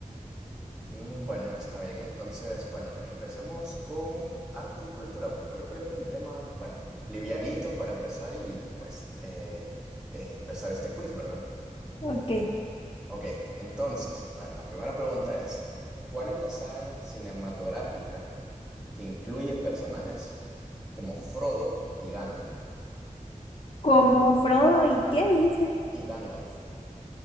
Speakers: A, in the centre; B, on the left.
A: Mm, bueno, está bien. Entonces, bueno, empecemos con arte y cultura pop. Creo que es un tema, bueno, livianito para empezar y pues eh, eh, empezar este quiz, ¿verdad?
B: Ok.
A: Ok, entonces, bueno, la primera pregunta es, ¿cuál es la saga cinematográfica que incluye personajes como Frodo y Gandalf?
B: ¿Como Frodo y qué dijiste?
A: Y Gandalf.